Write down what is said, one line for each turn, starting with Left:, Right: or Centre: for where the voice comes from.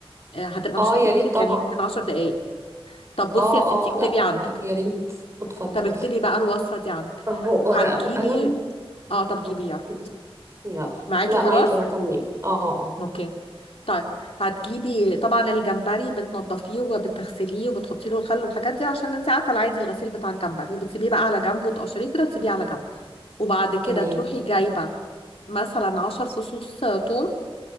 Left: آه هتبقى
Right: اه
Left: مش هتاخد
Right: يا ريت
Left: منك
Right: طبعا
Left: يعني يمكن عشر دقايق طب بصي
Right: اه
Left: يا ستي اكتبي
Right: اه لا
Left: عندك
Right: حلو يا ريت اتفضلي
Left: طب اكتبي بقى الوصفة دي عندك
Right: اهو ورقة
Left: هتجيبي
Right: وقلم
Left: اه طب
Right: مم.
Left: جيبي يلا
Right: يلا
Left: معاكي
Right: لا
Left: خلاص؟
Right: معاكي اهو كملي اه اه آه.
Left: اوكي طيب هتجيبي طبعا الجمبري بتنضفيه وبتغسليه وبتحطي له الخل والحاجات دي عشان انت عارفه العادي الغسيل بتاع الجمبري وبتسيبيه بقى على جنب وتقشريه كده وتسيبيه على جنب وبعد كده
Right: تمام
Left: تروحي جايبه مثلا عشر فصوص آه، توم